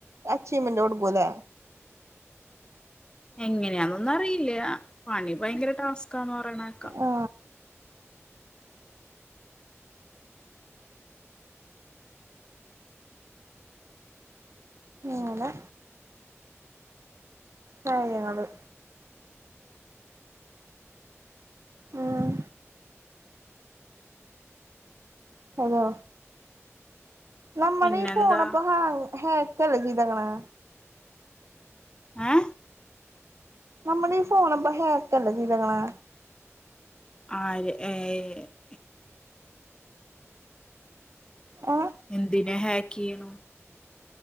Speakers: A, on the right; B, on the left.
A: അച്ചീവ്മെന്റ് കൊടുക്കൂലേ
B: എങ്ങനെയാന്നൊന്നും അറിയില്ല പണി ഭയങ്കര ടാസ്കാന്ന് പറയണേക്കാം
A: ആ എങ്ങനെ കാര്യങ്ങള് ഉം ഹലോ നമ്മളീ
B: പിന്നെന്താ
A: ഫോണ് ഇപ്പൊ ഹാ ഹാക്കല്ലെ ചെയ്ത്ക്ക്ണേ
B: ഏ
A: നമ്മളീ ഫോണിപ്പോ ഹേക്കല്ലേ ചെയ്ത്ക്ക്ണ്
B: ആര് ഏ ഏ
A: ഏ
B: എന്തിനാ ഹേക്കയ്യ്ണു